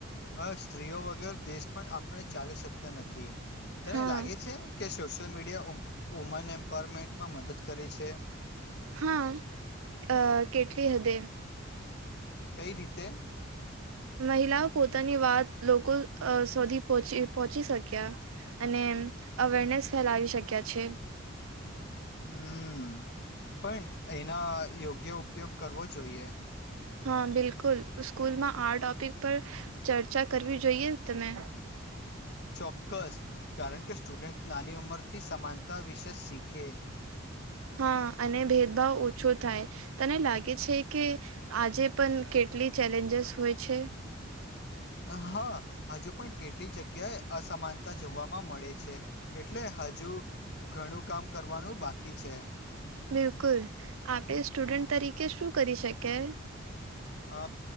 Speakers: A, on the left (about 55°); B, on the right (about 85°).
A: હ સ્ત્રીઓ વગર દેશ પણ આપણે ચાલી શકતા નથી, તને
B: હા
A: લાગે છે કે સોશિયલ મીડિયા વુમન એમ પર મિનિટમાં મદદ કરી છે,
B: હા અ કેટલી હદે
A: કઈ રીતે
B: મહિલાઓ પોતાની વાત લોકો સુધી પહચી પહોંચી શક્યા અને અવેરનેસ ફેલાવી શક્યા છે
A: હમ પણ એના યોગ્ય ઉપયોગ કરવો જોઈએ
B: હા બિલકુલ સ્કૂલમાં આ ટોપિક પર ચર્ચા કરવી જોઈએ તમે
A: ચોક્કસ કારણ કે સ્ટુડન્ટ નાની ઉંમર થી સમાનતા વિશે શીખે
B: હા અને ભેદભાવ ઓછો થાય તને લાગે છે કે આજે પણ કેટલી ચેલેન્જેસ હોય છે
A: હા હજુ પણ કેટલી જગ્યાએ અસમાનતા જવાવામાં મળે છે એટલે હજુ ઘણું કામ કરવાનું બાકી છે.
B: બિલકુલ આપડે સ્ટુડન્ટ તરીકે શું કરી શકે
A: અ